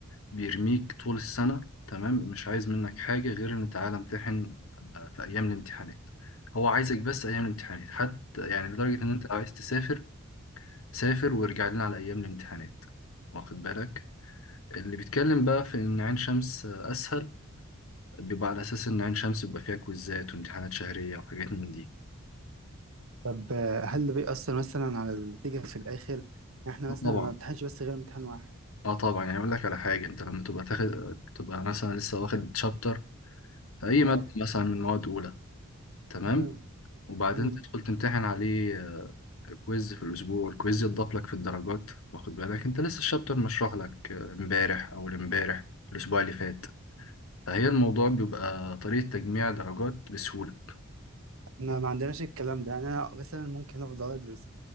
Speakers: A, on the left (about 70°); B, on the right (about 70°).
A: بيرميك طول السنه تمام مش عايز منك حاجه غير ان تعالى امتحن آه، في ايام الامتحانات هو عايزك بس ايام الامتحانات حتى يعني لدرجه ان انت لو عايز تسافر سافر وارجع لنا على ايام الامتحانات واخد بالك اللي بيتكلم بقى في ان عين شمس آه، اسهل بيبقى على اساس ان عين شمس بيبقى فيها كويزات وامتحانات شهريه وحاجات من دي
B: طب آه، هل ده بيأثر مثلا على النتيجه في الاخر يعني احنا
A: آه
B: مثلا
A: طبعا
B: ما بنمتحنش بس غير امتحان واحد
A: اه طبعا يعني اقول لك على حاجه انت لما تبقى تاخد تبقى مثلا لسه واخد شابتر في اي
B: اه
A: ماده مثلا من مواد اولى تمام
B: مم.
A: وبعدين
B: مم.
A: تدخل تمتحن عليه آه، كويز في الاسبوع الكويز يتضاف لك في الدرجات واخد بالك انت لسه الشابتر مشروح لك آه، امبارح او امبارح الاسبوع اللي فات فهي الموضوع بيبقى طريقه تجميع درجات بسهوله
B: احنا ما عندناش الكلام ده يعني انا مثلا ممكن افضل ادرس